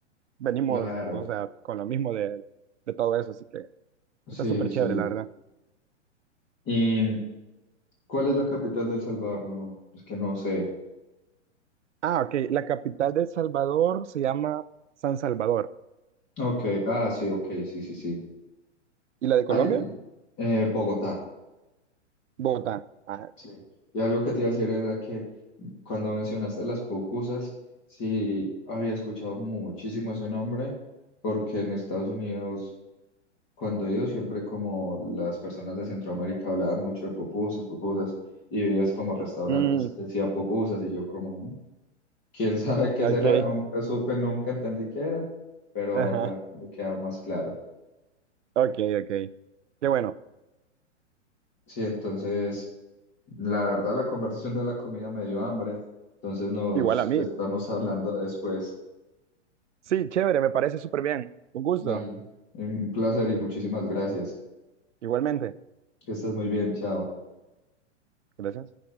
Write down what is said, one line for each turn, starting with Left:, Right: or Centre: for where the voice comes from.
Right: venimos,
Left: Claro,
Right: o sea, con lo mismo de, de todo eso, así que
Left: sí,
Right: está súper
Left: sí.
Right: chévere, la verdad.
Left: ¿Y cuál es la capital de El Salvador? No, es que no sé.
Right: Ah, ok, la capital de El Salvador se llama San Salvador.
Left: Ok, ah, sí, ok, sí, sí, sí.
Right: ¿Y la de Colombia?
Left: Ay, eh, Bogotá,
Right: Bogotá. Ah, ok.
Left: sí. Y algo que te iba a decir era que cuando mencionaste las pupusas, sí, había escuchado muchísimo ese nombre, porque en Estados Unidos cuando he ido siempre como las personas de Centroamérica hablaban mucho de pupusas, pupusas, y veías como restaurantes
Right: Mm,
Left: que decía pupusas y yo como, "Mm, quién <laughs> sabe qué
Right: ok,
Left: será, nunca supe, nunca entendí qué era, pero ahora
Right: <laughs> ajá,
Left: ya me queda más claro.
Right: ok, ok. Qué bueno,
Left: Sí, entonces, la verdad la conversación de la comida me dio hambre, entonces nos
Right: igual a mí.
Left: estamos hablando después.
Right: Sí, chévere, me parece súper bien. Un gusto,
Left: Dale, un placer y muchísimas gracias.
Right: igualmente.
Left: Que estés muy bien, chao.
Right: Gracias.